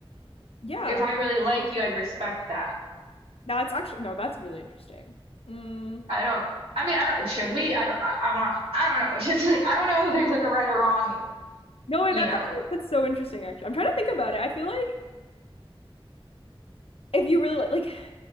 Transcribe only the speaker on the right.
if I really like you, I'd respect that?
I don't, I mean, I don't, should we? I don't, I, I'm not, I don't know. <laughs> It's just like, I don't know if there's like a right or wrong,
you
know,